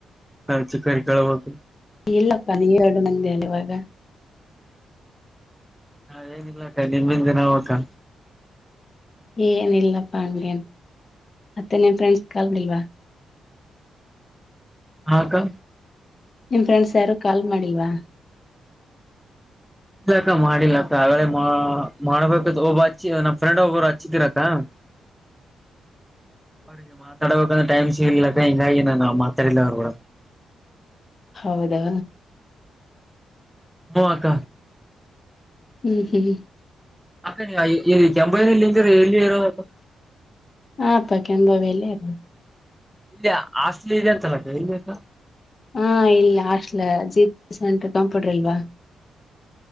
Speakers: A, in the centre; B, on the left.
A: ನಾವು ಚಿಕ್ಕೊರುಕೆಳ್ಬೇಕು.
B: ಇಲ್ಲಪ್ಪ ನೀವು ಎರಡು <unintelligible> ನಂದ್ದೇ ಇವಾಗ
A: ನಾವೇನಿಲ್ಲಕ್ಕ ನಿಮ್ಮಿಂದ ನಾವಕ್ಕಾ.
B: ಏನ ಇಲ್ಲಪ್ಪಾ ಹಂಗೆೇನ್ ಮತ್ತೆ ನಿನ್ ಫ್ರೆಂಡ್ಸ್ ಕಾಲ್ <unintelligible> ಮಾಡಿಲ್ವಾ
A: ಹಾ ಅಕ್ಕಾ
B: ನಿಮ್ ಫ್ರೆಂಡ್ಸ್ ಯಾರು ಕಾಲ್ ಮಾಡಿಲ್ವಾ?
A: ಇಲ್ಲಕ್ಕ ಮಾಡಿಲ್ಲಕ್ಕ ಆಗಳೇ ಮಾ ಮಾಡ್ಬೇಕ ಒಬ್ಬ ಹಚ್ಚಿ ನಮ್ಮ್ ಫ್ರೆಂಡ್ ಒಬ್ಬರು ಹಚ್ಚಿದ್ರಕ್ಕ. <inaudible> <inaudible> ಮಾತಾಡಬೇಕಂದ್ರೆ ಟೈಮ್ಸಿಗ್ಲಕ್ಕ ಹಿಂಗಾಗಿ ನಾನು ಮಾತಾಡಿಲ್ಲ ಅವರು ಗೂಡ.
B: ಹೌದಾ
A: ಹು ಅಕ್ಕ
B: <inaudible>
A: ಅಕ್ಕ ಇಲ್ಲಿ ಕೆಂಭಾಯಿನಿಂತೀನಿ ಎಲ್ಲಿ ಇರೋದ್ ಅಕ್ಕಾ.
B: ಹಾ ಪಾ ಕೆಂಭಾವಿಯ ಲೆ ಇರೋದು
A: ಇಲ್ಲಿ ಹಾಸ್ಟೆಲ್ ಇದೆ ಅಂತಲ್ಲಕ್ಕ ಎಲ್ಲಿಕ್ಕ.
B: ಹಾ ಇಲ್ಲ ಹಾಸ್ಟೆಲ್ ಜಿ ಸೆಂಟ್ರ ಕಂಪ್ಯೂಟರ್ ಇಲ್ವಾ